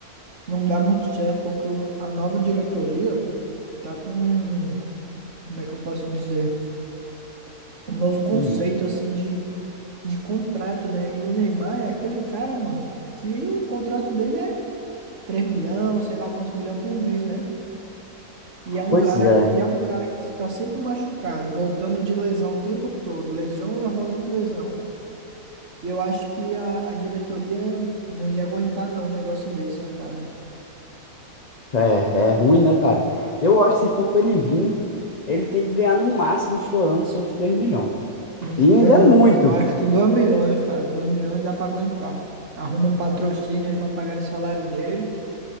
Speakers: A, on the right; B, on the left.
A: não dá muito certo, porque o- a nova diretoria tá com, como é que eu posso dizer? Um novo conceito,
B: Hum,
A: assim, de, de contrato, né? E o Neymar é aquele cara, mano que o contrato dele é 3 milhão, sei lá quantos milhão por mês, né? E é um
B: pois
A: cara,
B: é.
A: e é um cara que está sempre machucado, voltando de lesão o tempo todo, lesiona, volta de lesão. E eu acho que a, a diretoria não ia aguentar não um negócio desse, ó, cara.
B: É, é ruim, né, cara? Eu acho que se for pra ele vir, ele tem que ganhar no máximo estourando seus 3 milhões.
A: Uns
B: E
A: 3
B: ainda
A: milhões,
B: é muito.
A: acho que 2 milhões, cara, 2 milhões dá pra aguentar. Arruma um patrocínio aí pra pagar esse salário dele